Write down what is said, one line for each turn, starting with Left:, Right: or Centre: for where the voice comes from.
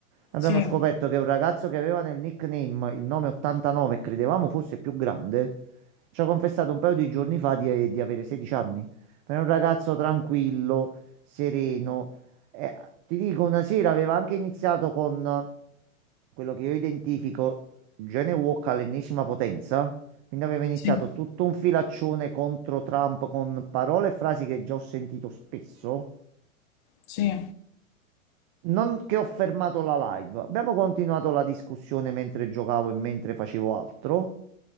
Right: Abbiamo
Left: Sì.
Right: scoperto che un ragazzo che aveva nel nickname il nome 89 e credevamo fosse più grande, ci ha confessato un paio di giorni fa di, di avere 16 anni. Ma è un ragazzo tranquillo, sereno. Eh, ti dico, una sera aveva anche iniziato con eh, quello che io identifico. Genny Walk all'ennesima potenza. Quindi aveva iniziato
Left: Sì,
Right: tutto un filaccione contro Trump con parole e frasi che già ho sentito spesso.
Left: sì,
Right: Non che ho fermato la live. Abbiamo continuato la discussione mentre giocavo e mentre facevo altro.